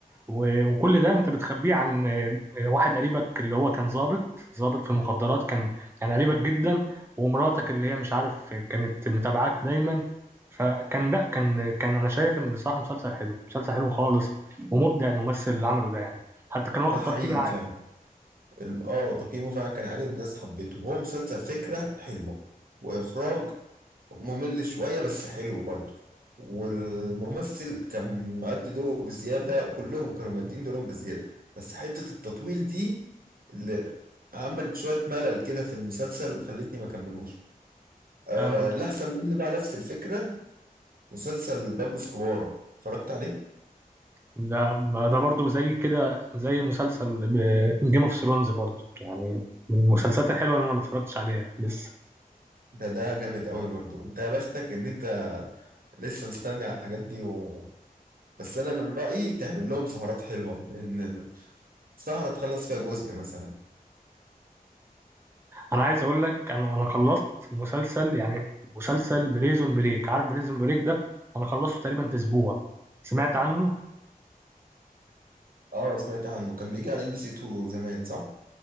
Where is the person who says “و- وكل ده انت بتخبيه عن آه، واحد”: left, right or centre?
Right